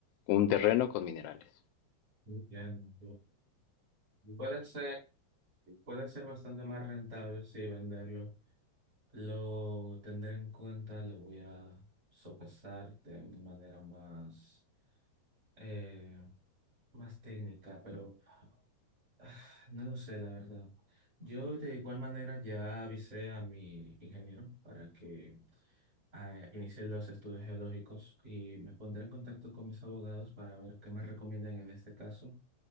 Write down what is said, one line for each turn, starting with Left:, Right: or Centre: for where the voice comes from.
Left: un terreno con minerales.
Right: Bien, puede ser, puede ser bastante más rentable, sí, venderlo. Lo tendré en cuenta, lo voy a sopesar de una manera más, eh, más técnica, pero ah, no lo sé, la verdad. Yo de igual manera ya avisé a mi ingeniero para que ah, inicie los estudios geológicos y me pondré en contacto con mis abogados para ver qué me recomiendan en este caso.